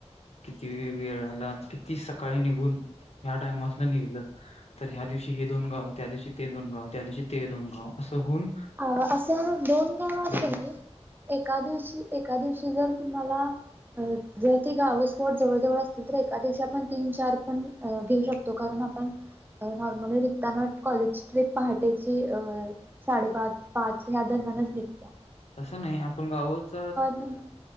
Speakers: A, on the left; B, on the right.
A: किती वेळांला किती सकाळीं निघून यांया टाइम्सने निघलं तरं ह्यां दिवशी हे दोन गावं त्यां दिवशी ते दोन गावं त्यां दिवशी ते दोन गावं असं होऊंन
B: अं असं दोन गावं असेली
A: येऊ.
B: एकां दिवशी एकां दिवशी जरं तुम्हांला अं जरं ती गांवच कोट जवळं जवळं असतील तरं एकां दिवशी आपणं तीनं चार पणं घेऊ शकतो कारणं आपणं नॉर्मली निघतांना कॉलेज ट्रिप पहाटेची अं साडेपाच पाच ह्यां दरम्यांनच निघत्यां
A: तसं नाहीं आपणं गांवच
B: म्हण